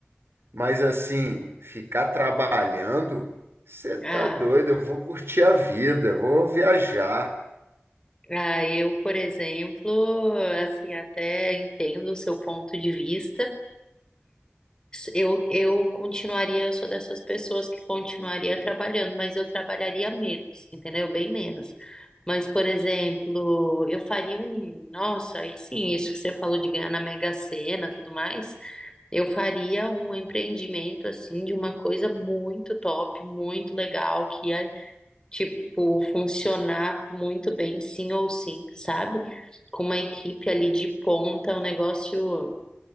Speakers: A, on the right (about 70°); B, on the left (about 20°).
A: mas assim, ficar trabalhando, você tá
B: Ah,
A: doido, eu vou curtir a vida, eu vou viajar.
B: ah, eu, por exemplo, assim, até entendo o seu ponto de vista. Eu, eu continuaria, eu sou dessas pessoas que continuaria trabalhando, mas eu trabalharia menos, entendeu? Bem menos. Mas, por exemplo, eu faria um, nossa, aí sim, isso que você falou de ganhar na Mega Sena, tudo mais. Eu faria um empreendimento assim de uma coisa muito top, muito legal, que ia, tipo, funcionar muito bem, sim ou sim, sabe? Com uma equipe ali de ponta, um negócio,